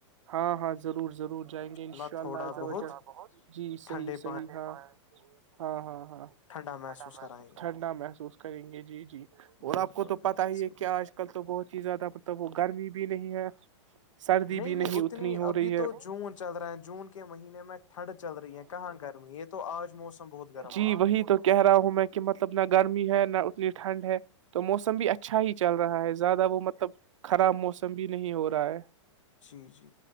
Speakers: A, on the right; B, on the left.
A: ہاں ہاں ضرور ضرور جائیں گے انشاء
B: اللہ تھوڑا
A: اللہ
B: بہت
A: جی صحیح
B: ٹھنڈے
A: صحیح
B: پانی
A: ہاں ہاں ہاں ہاںھ
B: ٹھنڈا محسوس
A: م
B: کرائیں گے
A: ٹھنڈا محسوس کریں گے جی جی اور
B: بالکل
A: آپ کو تو پتا
B: بالکل
A: ہی
B: صحیح
A: ہے کیا
B: ہو گیا
A: آج کل تو بہت ہی زیادہ مطلب ہو بھی نہیں ہے سردی
B: نہیں
A: بھی
B: نہیں اتنی
A: ہو
B: ابھی
A: رہی ہے
B: تو جون چل رہا ہے جون کے مہینے میں ٹھنڈ چل رہی ہے کہاں گرمی یہ تو آج موسم بہت گرم
A: جی
B: ہوا
A: وہی تو کہہ رہا ہوں میں کہ مطلب نہ گرمی ہے نہ اتنی ٹھنڈ ہے تو موسم بھی اچھا ہی چل رہا ہے زیادہ وہ مطلب خراب موسم بھی نہیں ہو رہا ہے
B: جی جی